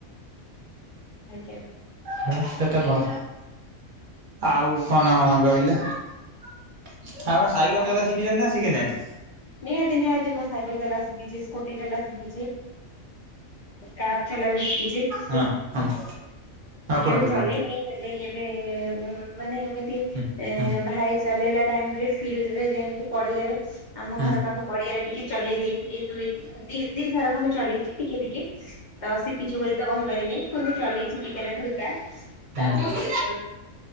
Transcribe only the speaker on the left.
ଆଜ୍ଞା।
ଆଜ୍ଞା
ନିହାତି ନିହାତି ମୁଁ ସାଇକେଲ ଚଲା ଶିଖିଛି ସ୍କୁଟି ଚଲା ଶିଖିଛି। କାର ଚଲା ବି ଶିଖିଛି।
କେବେ
ଚଲେଇନି।
କେବେ ଏ ମାନେ ଏମିତି
ଭାଇ ଚଲେଇଲା ଟାଇମରେ ଫିଲ୍ଡ ରେ ଯାଇକି ପଡିଆରେ ଆମ
ଘର ପାଖ ପଡିଆରେ ଟିକ ଚଲେଇ ଦେଇଥିଲି ଦୁଇ ଦି ଥର ଖଣ୍ଡେ ଚଲେଇଛି ଟିକେ ଟିକେ ତ ଶିଖିଛି ବୋଲି ତ କହିପାରିବିନି କିନ୍ତୁ ଚଲେଇଛି ଟିକେ ନାକୁରୁ କାର।
ତାପରେ
ଏ